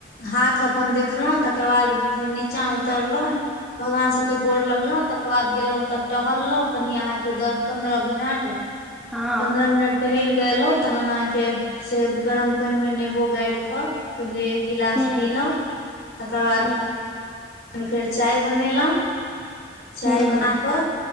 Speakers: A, on the left; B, in the centre.
A: हाथ अपन देखलहुं तकर बाद फेर नीचा उतरलहुँ भगवान सबके गोर लगलौ तकर बाद गेलहुँं तऽ टहललहुं कनि अहाँके दस पंदरह मिनट।
B: हँ
A: पन्द्रह मिनट टहलि कऽ एयलहुँ तखन अहाँके से गरम पानिमे नेबो गारि कऽ पहिले एक गिलास
B: हूँ
A: पीलहुँं तकर बाद
B: हूँ
A: फेर चाय बनेलहुँं चाय
B: हूँ
A: बना कऽ